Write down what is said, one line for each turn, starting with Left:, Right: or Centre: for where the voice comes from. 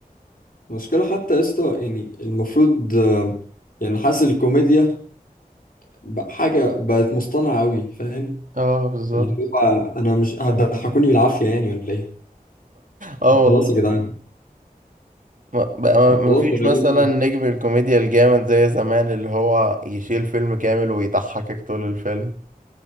Left: مشكله حتى يا اسطى يعني المفروض آه، يعني حاسس الكوميديا بقى حاجه بقت مصطنعه قوي فاهم
Right: اه بالظبط
Left: اللي هو انا مش هتضحكوني بالعافيه يعني ولا ايه
Right: اه
Left: خلاص
Right: والله
Left: يا جدعان
Right: ما- بقى ما
Left: الموضوع
Right: ما فيش
Left: بقى غريب
Right: مثلا
Left: أوي.
Right: نجم الكوميديا الجامد زي زمان اللي هو يشيل فيلم كامل ويضحكك طول الفيلم